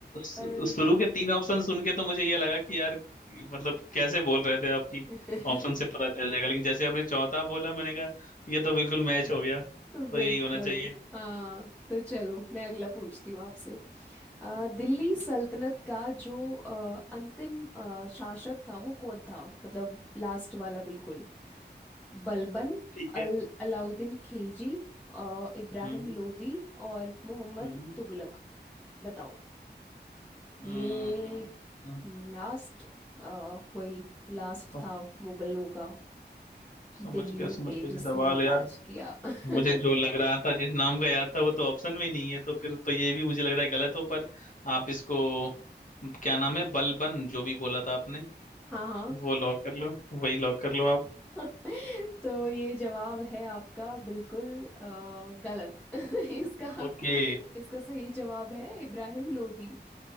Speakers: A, on the left; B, in the centre.
A: शु-
B: पर
A: शुरू के तीन ऑप्शन सुन के तो मुझे ये लगा कि यार मतलब कैसे बोल रहे थे आपकी
B: <laughs>
A: ऑप्शन से पता चल जाएगा लेकिन जैसे आपने चौथा बोला मैंने कहा ये तो बिल्कुल मैच हो गया तो
B: बिल्कुल
A: यही होना चाहिए
B: हाँ तो चलो मैं अगला पूछती हूँ आपसे अ,
A: हम्म,
B: दिल्ली
A: पूछो
B: सल्तनत का जो अ, अंतिम अ, शासक था वो कौन था मतलब लास्ट वाला बिल्कुल बलबन
A: ठीक है
B: अल अलाउद्दीन खिलजी अ, इब्राहिम
A: हम्म
B: लोदी और मोहम्मद
A: हम्म
B: तुगलक बताओ
A: हम्म,
B: ये
A: हम्म,
B: लास्ट वही लास्ट
A: सम-
B: था मुगलों का दिल्ली
A: समझ गया समझ
B: पे
A: गया
B: जिसने
A: ये सवाल
B: राज
A: यार
B: किया <laughs>
A: मुझे जो लग रहा था जिस नाम का याद था वो तो ऑप्शन में ही नहीं है तो फिर तो ये भी मुझे लग रहा है गलत हो पर आप इसको क्या नाम है बलबन जो भी बोला था आपने
B: हाँ हाँ
A: वो लॉक कर लो वही लॉक कर लो आप
B: <laughs> तो ये जवाब है आपका बिल्कुल अ, गलत <laughs> इसका
A: ओके
B: इसका सही जवाब है इब्राहिम लोदी